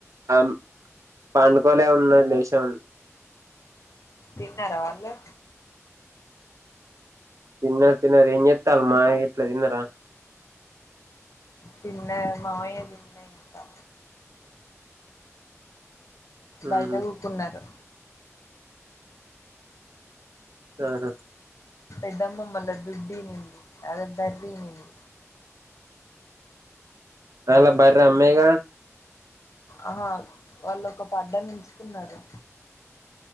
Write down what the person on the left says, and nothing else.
తిన్నరా వాళ్ళే
తిన్నరు మావయ్య తిన్లే ఇంకా బయట
కూకున్నారు
పెద్దమ్మమ్మళ్ళ దుడ్డి ఈనింది అదే బర్రీ ఈనింది
ఆహా వాళ్ళు ఒక పడ్డాను ఎంచుకున్నారు